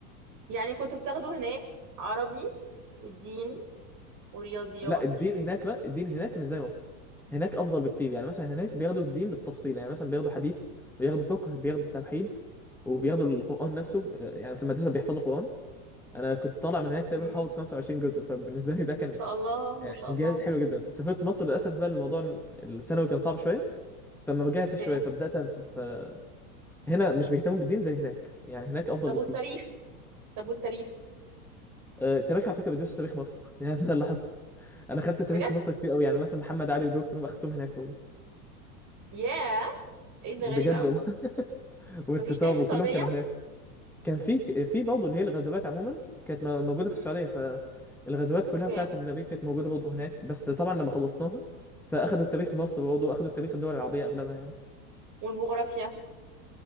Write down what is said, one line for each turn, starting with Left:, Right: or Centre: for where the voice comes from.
Right: يعني كنت بتاخده هناك عربي ودين ورياضيات
Centre: لا الدين هناك بقى الدين هناك مش زي مصر هناك افضل بكتير يعني مثلا هناك بياخدوا الدين بالتفصيل يعني مثلا بياخدوا حديث بياخدوا فقه بياخدوا توحيد وبياخدوا القران نفسه يعني في المدرسه بيحفظوا قران انا كنت طالع من هناك تقريبا
Right: مم.
Centre: حافظ 25 جزء فبالنسبه لي ده
Right: ما
Centre: كان
Right: شاء الله ما
Centre: <laughs>
Right: شاء
Centre: انجاز
Right: الله
Centre: حلو جدا سافرت مصر للاسف بقى الموضوع الثانوي كان صعب شويه فما رجعت
Right: أوكي
Centre: شويه فبدات انسى فهنا مش بيهتموا بالدين زي هناك يعني هناك افضل
Right: طب
Centre: بكتير
Right: والتاريخ طب والتاريخ
Centre: آه، التاريخ على فكره بيدرس تاريخ مصر <laughs> يعني ده اللي لاحظته انا خدت تاريخ
Right: بجد
Centre: مصر كتير قوي يعني مثلا محمد علي ودول كلهم اخدتهم هناك برضه
Right: ياه إيه ده
Centre: بجد
Right: غريبة قوي
Centre: والله <laughs> والتتار
Right: مفيش تاريخ السعودية
Centre: وكلهم كانوا هناك كان في في برضه اللي هي الغزوات عموما كانت م- موجوده
Right: مم.
Centre: في السعوديه فالغزوات كلها
Right: أوكي
Centre: بتاعت النبي كانت موجوده برضه هناك بس طبعا لما خلصناها فاخدوا التاريخ مصر برضه واخدوا التاريخ الدول العربيه اغلبها يعني
Right: والجغرافيا